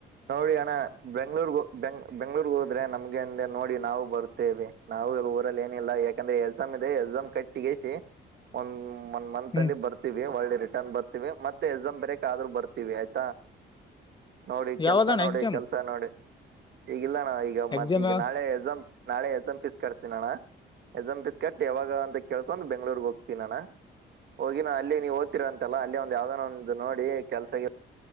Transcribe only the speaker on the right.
ನೋಡಿ ಅಣ್ಣ ಬೆಂಗಳೂರಿಗೆ ಬೆಂಗ್ ಬೆಂಗಳೂರಿಗೆ ಹೋದ್ರೆ ನಮ್ಗೆಂದೆ ನೋಡಿ ನಾವು ಬರ್ ತ್ತೆವೆ ನಾವು ಈ ಊರಲ್ಲಿ ಏನಿಲ್ಲ ಯಾಕಂದ್ರೆ ಎಕ್ಸಾಮ್ ಇದೆ ಎಕ್ಸಾಮ್ ಕಟ್ಟಿಗೆಸಿ ಒಂದ್ ಒನ್ ಮಂತ್
ಅಲ್ಲಿ ಬರ್ತೀವಿ ಒಳ್ಳೆ ರಿಟರ್ನ್ ಬರ್ತವಿ ಮತ್ತೆ ಎಕ್ಸಾಮ್ ಬರೇಕ ಆದ್ರೂ ಬರ್ತೀವಿ ಆಯ್ತಾ ನೋಡಿ
ಕೆಲಸ ನೋಡಿ
ಕೆಲಸ ನೋಡಿ ಇಲ್ಲ ಅಣ್ಣ ಈಗ
ಮತ್ ಈಗ
ನಾಳೆ ಎಕ್ಸಾಮ್ ನಾಳೆ ಎಕ್ಸಾಮ್ ಪೀಸ್ ಕಟ್ತೀನಿ ಅಣ್ಣ ಎಕ್ಸಾಮ್ ಪೀಸ್ ಕಟ್ ಯಾವಾಗ ಅಂತ ಕೇಳ್ಕೊಂಡ್ ಬೆಂಗಳೂರಿಗೆ ಹೋಗ್ತೀನಿ ಅಣ್ಣ ಹೋಗಿನ ಅಲ್ಲಿ ನೀವು ಹೊತ್ತೀರಾ ಅಂತೆಲ್ಲ ಅಲ್ಲಿ ಒಂದ್ ಯಾವ್ದಾನ ಒಂದು ನೋಡಿ ಕೆಲ್ಸ